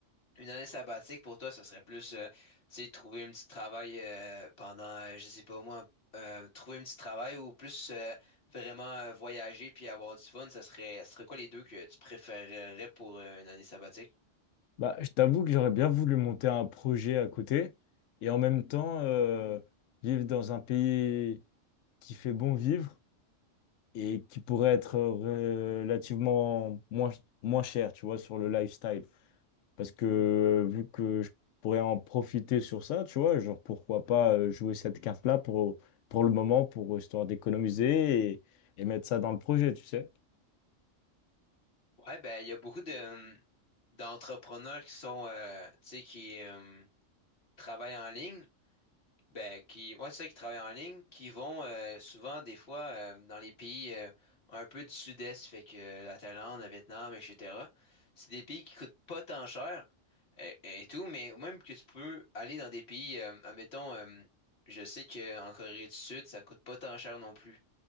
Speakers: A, on the left; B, on the left.
A: une année sabbatique pour toi, ça serait plus, euh, tu sais, trouver un petit travail euh, pendant, euh, je sais pas moi, euh, trouver un petit travail ou plus euh, vraiment euh, voyager puis avoir du fun, ça serait, ça serait quoi les deux que tu préférerais pour euh, une année sabbatique?
B: Bah, je t'avoue que j'aurais bien voulu monter un projet à côté et en même temps euh, vivre dans un pays qui fait bon vivre et qui pourrait être euh, relativement moins, moins cher, tu vois, sur le lifestyle. Parce que vu que je pourrais en profiter sur ça, tu vois, genre pourquoi pas euh, jouer cette carte-là pour, pour le moment, pour histoire d'économiser et, et mettre ça dans le projet, tu sais.
A: Ouais, ben, il y a beaucoup de, hum, d'entrepreneurs qui sont, euh, tu sais, qui euh, travaillent en ligne. Ben, qui, ouais, c'est ça, qui travaillent en ligne, qui vont euh, souvent, des fois, euh, dans les pays euh, un peu du sud-est, fait que euh, la Thaïlande, le Vietnam, etc. C'est des pays qui coûtent pas tant cher et, et tout, mais même que tu peux aller dans des pays, euh, admettons, euh, je sais qu'en Corée du Sud, ça coûte pas tant cher non plus.